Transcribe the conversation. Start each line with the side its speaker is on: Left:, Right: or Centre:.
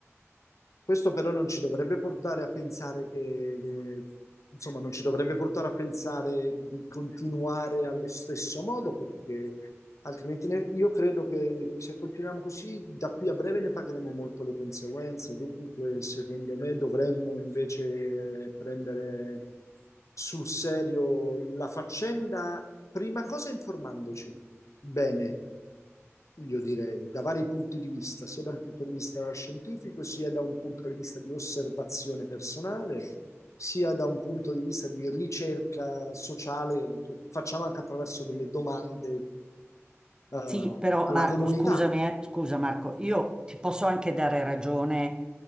Left: questo però non ci dovrebbe portare a pensare che, che- insomma, non ci dovrebbe portare a pensare di continuare allo stesso modo, perché altrimenti ne- io credo che se continuiamo così, da qui a breve ne pagheremo molto le conseguenze. Dunque, secondo me, dovremmo invece eh, prendere sul serio la faccenda, prima cosa informandoci bene io direi, da vari punti di vista, sia da un punto di vista scientifico, sia da un punto di vista di osservazione personale, sia da un punto di vista di ricerca sociale, che facciamo anche attraverso delle domande, eh,
Right: Sì, però
Left: alla
Right: Marco,
Left: comunità
Right: scusami, eh, scusa Marco, io ti posso anche dare ragione